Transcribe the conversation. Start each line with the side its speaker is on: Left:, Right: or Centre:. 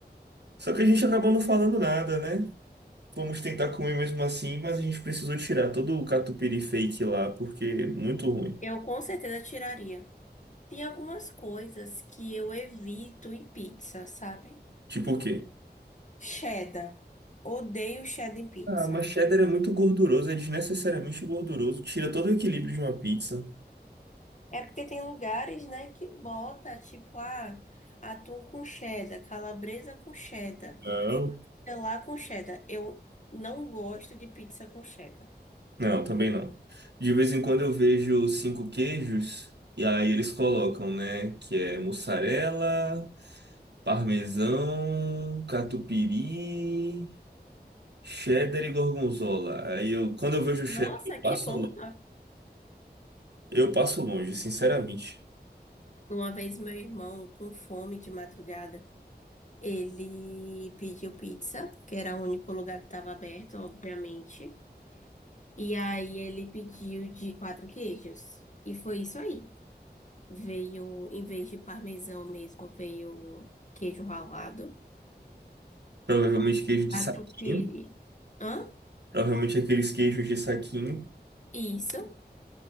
Right: Só que a gente acabou não falando nada, né? Vamos tentar comer mesmo assim, mas a gente precisou tirar todo o catupiry fake lá, porque é muito ruim.
Left: Eu com certeza tiraria. Tem algumas coisas que eu evito em pizza, sabe?
Right: Tipo o quê?
Left: Cheddar. Odeio cheddar em pizza.
Right: Ah, mas cheddar é muito gorduroso, é desnecessariamente gorduroso, tira todo o equilíbrio de uma pizza.
Left: É porque tem lugares, né, que bota, tipo, ah, atum com cheddar, calabresa com cheddar,
Right: Não.
Left: sei lá com cheddar. Eu não gosto de pizza com cheddar.
Right: Não, também não. De vez em quando eu vejo cinco queijos, e aí eles colocam, né? Que é mussarela, parmesão, catupiry, cheddar e gorgonzola. Aí eu, quando eu vejo cheddar,
Left: Nossa,
Right: eu passo
Left: que bom!
Right: Eu passo longe, sinceramente.
Left: Uma vez meu irmão, com fome de madrugada, Ele pediu pizza, que era o único lugar que estava aberto, obviamente. E aí ele pediu de quatro queijos. E foi isso aí. Veio, em vez de parmesão mesmo, veio queijo ralado.
Right: Provavelmente queijo de
Left: Catupiry.
Right: saquinho.
Left: Hã?
Right: Provavelmente aqueles queijos de saquinho.
Left: Isso.